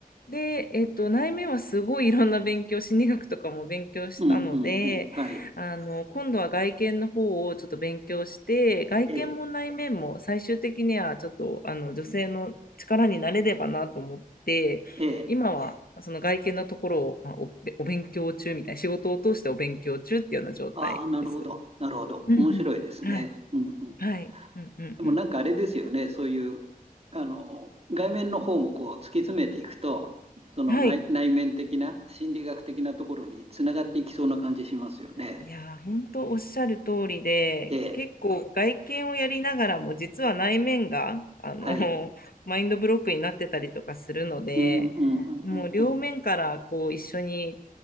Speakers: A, on the left; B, on the right.
A: で、えっと、内面はすごいいろんな勉強、心理学とかも勉強したので、
B: うん、うん、うん、はい。
A: あの、今度は外見の方をちょっと勉強して、外見も内面も最終的にはちょっと、
B: ええ、
A: あの、女性の力になれればなと思って、
B: ええ。
A: 今はその外見のところを、まあ、お、お勉強中みたいな、仕事を通してお勉強中っていうような状態です。
B: ああ、なるほど。なるほど。
A: うんうん。
B: 面白いですね。
A: はい。
B: うんうん。
A: はい。うんうんうん。
B: でもなんかあれですよね。そういう、あの、外面の方もこう突き詰めていくと、その内、
A: はい。
B: 内面的な心理学的なところにつながっていきそうな感じしますよね。
A: いやー、本当おっしゃる通りで、
B: ええ。
A: 結構外見をやりながらも、実は内面が、あの、
B: はい。
A: <laughs> マインドブロックになってたりとかするので、
B: うんうんうんうんうん。
A: もう両面からこう一緒に